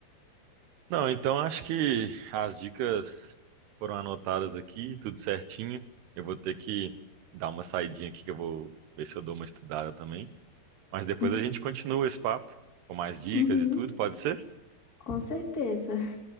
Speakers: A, on the right; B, on the left.
A: Não, então acho que as dicas foram anotadas aqui, tudo certinho. Eu vou ter que dar uma saidinha aqui que eu vou ver se eu dou uma estudada também. Mas depois
B: Uhum.
A: a gente continua esse papo com mais dicas
B: Uhum.
A: e tudo, pode ser?
B: Com certeza.